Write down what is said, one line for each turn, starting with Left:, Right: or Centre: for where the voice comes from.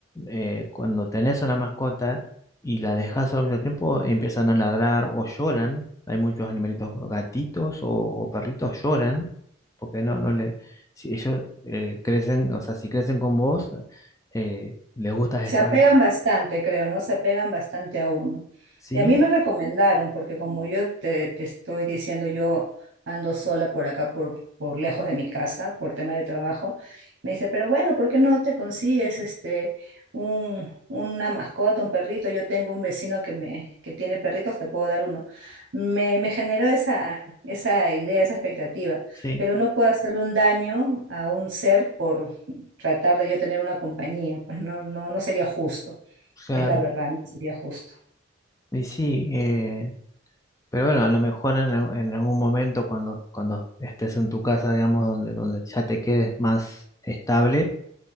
Left: eh, cuando tenés una mascota y la dejas al mucho tiempo, empiezan a ladrar o lloran. Hay muchos animalitos, gatitos o, o perritos lloran, porque no, no le, si ellos eh, crecen, o sea, si crecen con vos, eh, les gusta
Right: Se
Left: estar,
Right: apegan bastante, creo, ¿no? Se apegan bastante a uno.
Left: sí,
Right: Y a mí me recomendaron, porque como yo te, te estoy diciendo, yo ando sola por acá, por, por lejos de mi casa, por tema de trabajo, me dice, pero bueno, ¿por qué no te consigues este, un, una mascota, un perrito? Yo tengo un vecino que, me, que tiene perritos, te puedo dar uno. Me, me generó esa, esa idea, esa expectativa,
Left: sí,
Right: pero no puedo hacerle un daño a un ser por tratar de yo tener una compañía, pues no, no, no sería justo,
Left: claro,
Right: es la verdad, no sería justo.
Left: y sí, eh, pero bueno, a lo mejor en, al- en algún momento cuando, cuando estés en tu casa, digamos, donde, donde ya te quedes más estable